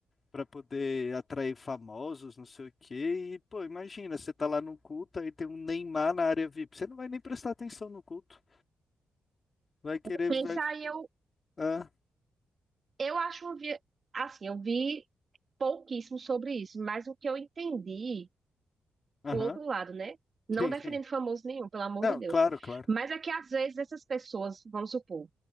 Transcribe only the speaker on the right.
Pensa
aí, eu,
eu acho um vi- assim, eu vi pouquíssimo sobre isso, mas o que eu entendi,
o outro lado, né? Não
defendendo
famoso nenhum, pelo amor
de Deus.
Mas é que às vezes essas pessoas, vamos supor,